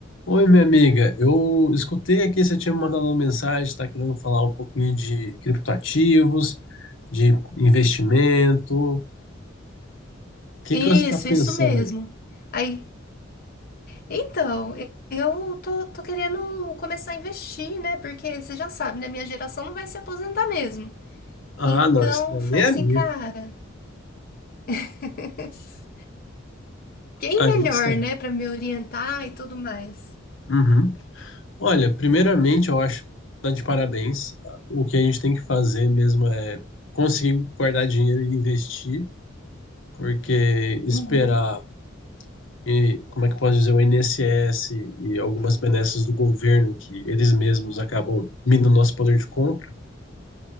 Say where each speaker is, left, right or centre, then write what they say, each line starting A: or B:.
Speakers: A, on the left (about 70°); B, on the left (about 50°).
A: Oi, minha amiga. Eu escutei aqui, você tinha me mandado uma mensagem, está querendo falar um pouquinho de criptoativos, de investimento. O que
B: Isso,
A: que você está pensando
B: isso mesmo.
A: aí?
B: Aí, então, e- eu tô, tô querendo começar a investir, né? Porque você já sabe, né? Minha geração não vai se aposentar mesmo.
A: Ah,
B: Então,
A: não, isso daí
B: eu falei
A: nem é
B: assim,
A: minha.
B: cara, <laughs> quem
A: A
B: melhor,
A: gente sabe.
B: né, Pra me orientar e tudo mais?
A: Uhum. Olha, primeiramente, eu acho que tá de parabéns. O que a gente tem que fazer mesmo é conseguir guardar dinheiro e investir, porque esperar
B: Uhum,
A: e como é que pode dizer, o INSS e algumas benesses do governo que eles mesmos acabam minando nosso poder de compra,